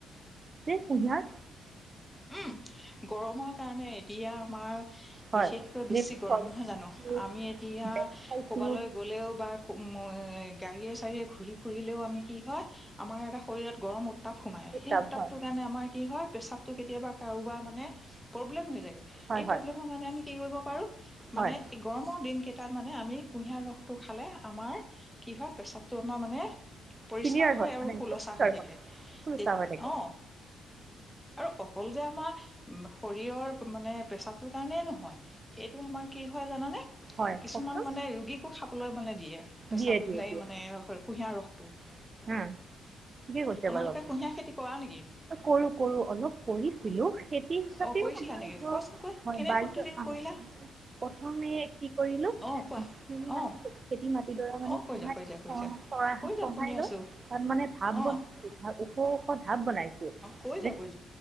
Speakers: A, on the right; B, in the centre.
A: কুহিয়াৰ।
B: উম, গৰমৰ কাৰণে এতিয়া আমাৰ
A: হয়
B: বিশেষকৈ বেছি
A: যিবোৰ
B: গৰম নহয় জানো।
A: প্ৰযুক্তিৰ
B: আমি এতিয়া
A: ব্যৱসায়টো
B: ক'বালৈ গলেও বা মই এ গাড়ীয়েে চাৰীয়ে ঘূৰি ফুৰিলেও আমি কি হয়, আমাৰ এটা শৰীৰত গৰম উঠে। উত্তাপ সোমায়
A: প্ৰস্তাৱ
B: সেই উত্তাপটোৰ
A: হয়
B: কাৰণে আমাৰ কি হয়, পেচাবটো কেতিয়াবা কাৰোবাৰ মানে প্ৰব্লেম হৈ যায়।
A: হয়
B: এই
A: হয়
B: প্ৰব্লেমৰ কাৰণে আমি কি কৰিব পাৰক মানে
A: হয়
B: এই গৰমৰ দিন কেই তাত মানে আমি কুঁহিয়াৰ ৰসটো খালে আমাৰ কি হয়, প্ৰেসাৱটো আমাৰ মানে পৰিষ্কাৰ
A: ক্লিয়াৰ
B: হয় আৰু
A: মানে
B: শুলচা
A: পৰিষ্কাৰ
B: হৈ থাকে
A: হয় পৰিষ্কাৰ
B: তে
A: হৈ থাকে
B: অ। আৰু অকল যে আমাৰ শৰীৰৰ মানে প্ৰেচাৱটোৰ কাৰণে নহয় এইটো আমাৰ কি হয় জানানে।
A: হয়
B: কিছুমান
A: কওকচোন
B: মানে ৰোগীকো খাবলৈ মানে দিয়ে। পেচাব
A: দিয়ে দিয়ে
B: নেই-মানে
A: দিয়ে
B: কুঁহিয়াৰ ৰসটো।
A: উম, কি কৈছে
B: তোমালোকে
A: বাৰু আপু,
B: কুঁহিয়াৰ খেতি কৰা নেকি
A: কৰো-কৰো। অলপ কৰিছিলো খেতি হিচাপেও
B: অ কৰিছিলা
A: নহয়
B: নেকি
A: ধৰ,
B: কোৱাচোন কোৱা
A: হয়
B: কেনে পদ্ধতি কৰিলা
A: <inaudible> প্ৰথমে কি কৰিলো
B: অ কোৱা
A: মানে
B: অ
A: খেতি মাটিডৰা মানে
B: অ কৈ যোৱা কৈ যোৱা কৈ যোৱা কৈ যোৱা
A: সহাই
B: শুনি আছো
A: লৈ তাত মানে ঢাপ
B: অ
A: বনাইছো, ওখ-ওখ ঢাপ বনাইছো।
B: কৈ
A: যে
B: যোৱা কৈ